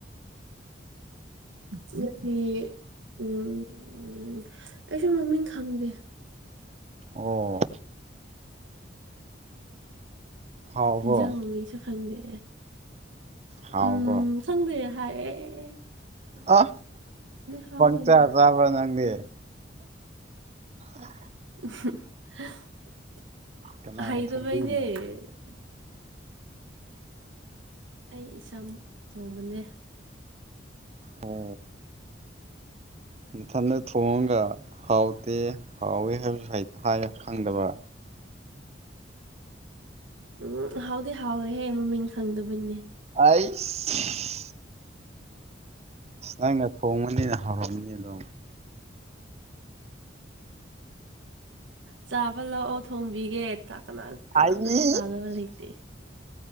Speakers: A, on the right (about 85°); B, on the right (about 35°).
A: ꯑꯗꯨꯗꯤ ꯎꯝ ꯑꯩꯁꯨ ꯃꯃꯤꯡ ꯈꯪꯗꯦ
B: ꯑꯣ ꯍꯥꯎꯕ꯭ꯔꯣ
A: ꯏꯟꯖꯥꯡ ꯃꯃꯤꯡꯁꯨ ꯈꯪꯗꯦ
B: ꯍꯥꯎꯕ꯭ꯔꯣ
A: ꯎꯝ ꯈꯪꯗꯦ ꯍꯥꯏꯔꯦ
B: ꯑ
A: ꯍꯥꯎꯋꯦꯗ
B: ꯄꯪꯆꯥ ꯆꯥꯕꯔꯥ ꯅꯪꯗꯤ ꯑ
A: ꯍꯩꯇꯕꯩꯅꯦ
B: ꯀꯅꯥꯅ ꯊꯣꯡꯕꯤꯔꯤꯅꯣ
A: ꯑꯩ ꯏꯁꯥꯃꯛ ꯊꯣꯡꯕꯅꯦ
B: ꯑꯣ ꯅꯊꯟꯗ ꯊꯣꯡꯉꯒ ꯍꯥꯎꯇꯦ ꯍꯥꯎꯏ ꯍꯥꯏꯕꯁꯨ ꯍꯩ ꯍꯥꯏ ꯈꯪꯗꯕ
A: ꯎꯝ ꯍꯥꯎꯗꯤ ꯍꯥꯎꯋꯦꯍꯦ ꯃꯃꯤꯡ ꯈꯪꯗꯕꯩꯅꯦ
B: ꯑꯩꯁ ꯅꯪꯅ ꯊꯣꯡꯕꯅꯤꯅ ꯍꯥꯎꯔꯝꯅꯤ ꯑꯗꯨꯝ
A: ꯆꯥꯕ ꯂꯥꯛꯑꯣ ꯊꯣꯡꯕꯤꯒꯦ ꯇ ꯀꯅꯥ ꯀꯅꯥꯝꯇꯁꯨ
B: ꯑꯩ
A: ꯆꯥꯅꯕ ꯂꯩꯇꯦ